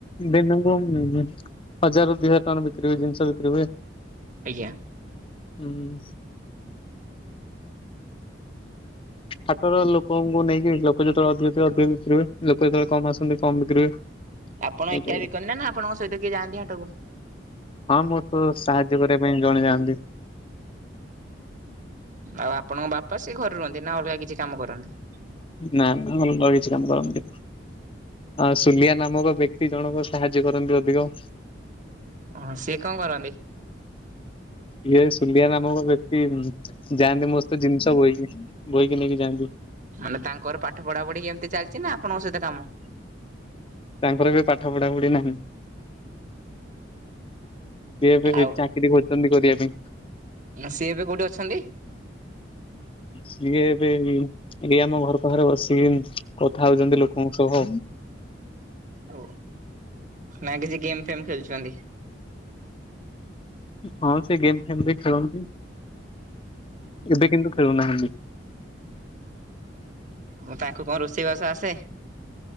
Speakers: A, on the left; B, on the right.
A: ଦନୁକୁ ଉଁ ଉଁ ହଜାରରୁ ଦି ହଜାର ଟଙ୍କା ବିକ୍ରି ହୁଏ ଜିନିଷ ବିକ୍ରି ହୁଏ।
B: ଆଜ୍ଞା।
A: ହୁଁ। ହାଟର ଲୋକଙ୍କୁ ନେଇକି ଲୋକ ଯେତେବେଳେ ଅଧିକ ଥିବେ ଅଧିକ ବିକ୍ରି ହୁଏ, ଲୋକ ଯେତେବେଳେ କମ୍ ଆସନ୍ତି କମ୍ ବିକ୍ରୀ ହୁଏ।
B: ଆପଣ
A: ଏଇଟା
B: ଏକା ବି କରନ୍ତି ନା ଆପଣଙ୍କ ସହିତ କିଏ ଯାଆନ୍ତି ହାଟକୁ?
A: ହଁ ମୁଁ ତୁ ସାହାଯ୍ୟ କରିବା ପାଇଁ ଜଣେଇ ଯାଆନ୍ତି।
B: ଆଉ ଆପଣଙ୍କ ବାପା ସେ ଘରେ ରୁହନ୍ତି ନା ଅଲଗା କିଛି କାମ କରନ୍ତି।
A: ନା ନା ଅଲଗା କିଛି କାମ କରନ୍ତି ନି। ହ ସୁଲିଆ ନାମକ ବ୍ୟକ୍ତି ଜଣକ ସାହାଯ୍ୟ କରନ୍ତି ଅଧିକ।
B: ଓହ ସିଏ କଣ କରନ୍ତି।
A: ଇଏ ସୁଲିଆ ନାମକ ବ୍ୟକ୍ତି ଯାଆନ୍ତି ମ ସହିତ ଜିନିଷ ବୋହିକି ବୋହିକି ନେଇକି ଯାଆନ୍ତି।
B: ମାନେ ତାଙ୍କର ପାଠ ପଢା ପଢି ଏମିତି ଚାଲିଛି ନା ଆପଣଙ୍କ ସହିତ କାମ।
A: ତାଙ୍କର ଏବେ ପାଠ ପଢା ପଢି ନାହିଁ। ସିଏ ଏବେ
B: ଆଉ
A: ଚାକିରି ଖୋଜଛନ୍ତି କରିବା ପାଇଁ।
B: ସିଏ ଏବେ କୋଉଠି ଅଛନ୍ତି?
A: ସିଏ ଏବେ ଏଇ ଏଇ ଆମ ଘର ପାଖରେ ବସିକି କଥା ହଉଛନ୍ତି ଲୋକଙ୍କ ସହ।
B: ଓ ନା କିଛି ଗେମ୍ ଫେମ୍ ଖେଳୁଛନ୍ତି।
A: ହଁ ସେ ଗେମ୍ ଫେମ୍ ବି ଖେଳନ୍ତି ଏବେ କିନ୍ତୁ ଖେଳୁନାହାନ୍ତି।
B: ହ ତାଙ୍କୁ କଣ ରୋଷେଇବାସ ଆସେ?